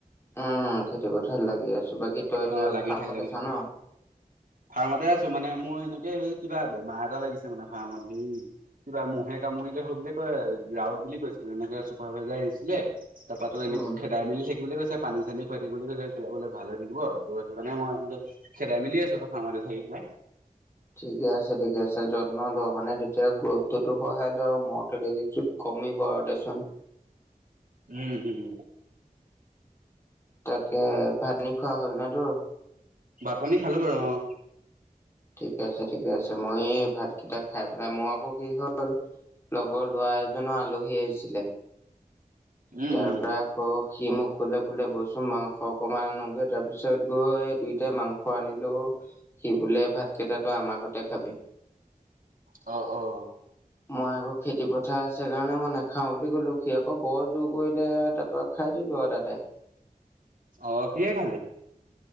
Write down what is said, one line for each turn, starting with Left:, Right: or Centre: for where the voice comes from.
Left: উম খেতি পথাৰত লাগি আছোঁ, বাকী তই এতিয়া
Right: অ লাগি
Left: ফাৰ্মত
Right: থাক লাগি
Left: আছা
Right: থাক
Left: ন'?
Right: ফাৰ্মতে আছোঁ, মানে মোৰ সেনেকে হে, কিবা বেমাৰ এটা লাগিছে মানে ফাৰ্মত হেই কিবা ম'হে কামুৰিলে হওক বুলি কয় ৰাৱত বুলি কৈছিলে, এনেক চুপাৰভাইজাৰ আহিছিলে তাৰপা তোৰ এনেকে
Left: উম
Right: খেত চাই মেলি থাকিবলৈ কৈছে, পানী চানী খোৱাই থাকিবলৈ কৈছে, তেতিয়া বোলে ভাল হৈ থাকিব ত' সেইটো কাৰণে মই এনেকে খেদাই মেলি আছোঁ আৰু ফাৰ্মতে থাকি পেলাই।
Left: ঠিকে আছে, ঠিকে আছে, যত্ন ল' মানে তেতিয়া গুৰুত্বটো সহায় লয় আৰু ম'হ খেদ যদি কমিব আৰু দেচোন।
Right: উম, হুম।
Left: তাকে ভাত পানী খোৱা হ'ল ন' তোৰ?
Right: ভাত পানী খালোঁ বাৰু অ'।
Left: ঠিকে আছে, ঠিকে আছে, মই এই ভাতকেইটা খাই পেলাই মোৰ আকৌ কি হ'ল লগৰ ল'ৰা এজনৰ আলহী আহিছিলে।
Right: উম
Left: তাৰপৰা
Right: উম
Left: আকৌ সি মোক ক'লে বোলে বলচোন মাংস অকমান আনোগৈ তাৰপিছত গৈ দুই তে মাংস আনিলো, সি বোলে ভাতকেইটা তই আমাৰ ঘৰতে খাবি।
Right: অ', অ'।
Left: মই আকৌ খেতি পথাৰ আছে কাৰণে মই নেখাওঁ বুলি ক'লো, সি আকৌ বৰ জোৰ কৰিলে তাৰপৰা খাই দিলোঁ আৰু তাতে।
Right: অ' কিহেৰে খালি?